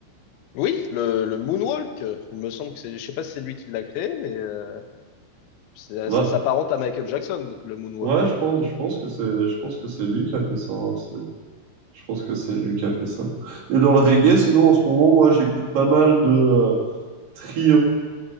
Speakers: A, on the left; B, on the right.
A: Oui, le, le moonwalk, euh, il me semble que c'est, je sais pas si c'est lui qui l'a créé, mais euh, Ça,
B: Ouais,
A: ça s'apparente à Michael Jackson, le moonwalk.
B: ouais, ouais, je pense, je pense que c'est, je pense que c'est lui qui a fait ça. hein. C'est- Je pense que c'est lui qui a fait ça. Et dans le reggae, sinon en ce moment, moi, j'écoute pas mal de euh, Trio.